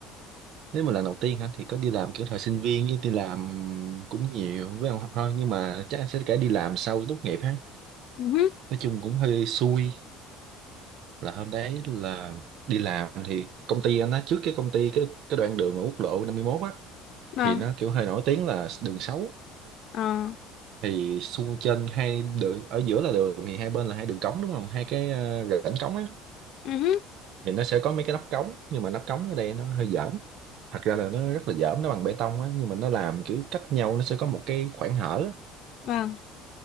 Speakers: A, on the right; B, on the left.
A: Nếu mà lần đầu tiên hả, thì có đi làm kiểu thời sinh viên với đi làm cũng nhiều với ông học thôi. Nhưng mà chắc sẽ cả đi làm sau tốt nghiệp ha.
B: Ừ. hứ.
A: Nói chung cũng hơi xui là hôm đấy là đi làm thì công ty anh đó trước cái công ty cái cái đoạn đường ở quốc lộ 51 á
B: Vâng.
A: thì nó kiểu hơi nổi tiếng là đường xấu
B: Ờ,
A: thì xung trên hai đường ở giữa là đường thì hai bên là hai đường cống đúng không hai cái ờ, rãnh cống á
B: ừ hứ,
A: thì nó sẽ có mấy cái nắp cống nhưng mà nắp cống ở đây nó hơi dởm thật ra là nó rất là dởm nó bằng bê tông á nhưng mà nó làm kiểu cách nhau nó sẽ có một cái khoảng hở á.
B: vâng,